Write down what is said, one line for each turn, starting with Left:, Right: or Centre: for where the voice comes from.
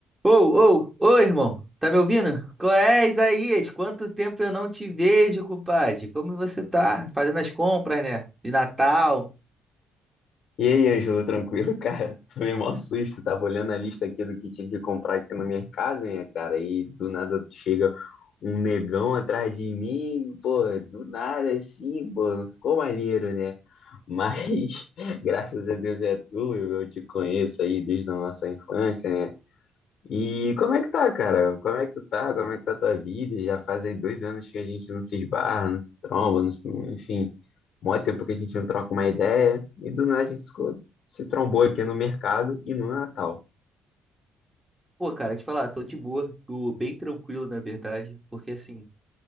Right: Ô, ô, ô, irmão, tá me ouvindo? Qual é, Isaías? Quanto tempo eu não te vejo, compadre? Como você tá? Fazendo as compras, né? De Natal.
Left: E aí, Ângelo, tranquilo, <laughs> cara? Tomei mó susto, tava olhando a lista aqui do que tinha que comprar aqui no mercado, né, cara? E do nada chega um negão atrás de mim, pô, do nada assim, pô, ficou maneiro, né? Mas <laughs> graças a Deus é tu, eu eu te conheço aí desde a nossa infância, né? E como é que tá, cara? Como é que tu tá? Como é que tá a tua vida? Já faz aí dois anos que a gente não se esbarra, não se tromba, não se- enfim, mó tempo que a gente não troca uma ideia. E do nada a gente se, co- se trombou aqui no mercado e no Natal.
Right: Pô, cara, te falar, tô de boa, tô bem tranquilo, na verdade, porque assim,